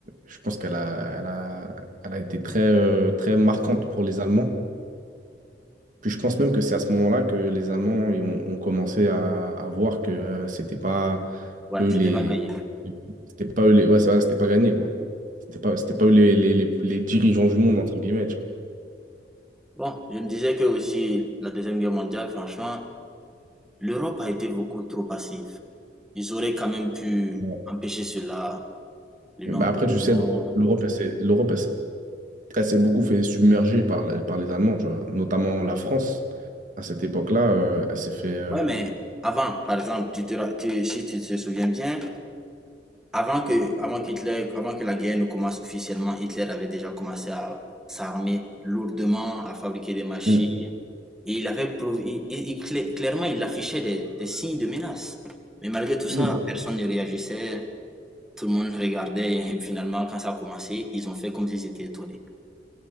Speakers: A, on the right (about 45°); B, in the centre.
A: je pense qu'elle a, elle a, elle a été très, euh, très marquante pour les Allemands. Puis je pense même que c'est à ce moment-là que les Allemands ils ont, ont commencé à, à voir que euh, c'était pas
B: Ouais,
A: eux
B: c'était
A: les
B: pas gagné.
A: les- c'était pas eux les ouais c'est vrai, c'était pas gagné quoi. C'était pas c'était pas eux les, les, les, les dirigeants du monde entre guillemets, tu
B: Bon, je me disais que aussi la Deuxième Guerre mondiale, franchement, l'Europe a été beaucoup trop passive. Ils auraient quand même pu
A: vois.
B: empêcher cela, le
A: Ouais.
B: nombre
A: Bah après
B: de
A: tu sais
B: morts.
A: l'Europe l'Europe elle s'est l'Europe elle s'est elle s'est beaucoup fait submerger par les, par les Allemands, tu vois, notamment la France à cette époque-là, euh, elle s'est fait euh,
B: Ouais, mais avant, par exemple, tu te, ra- tu- si tu te souviens bien, avant que, avant qu'Hitler, avant que la guerre ne commence officiellement, Hitler avait déjà commencé à s'armer lourdement, à fabriquer des machines.
A: Mm.
B: Et il avait prov- il- il- il- clé- clairement, il affichait des, des signes de menace. Mais malgré tout ça,
A: Mm, bah oui.
B: personne ne réagissait. Tout le monde regardait. Et <laughs> finalement, quand ça a commencé, ils ont fait comme s'ils étaient étonnés.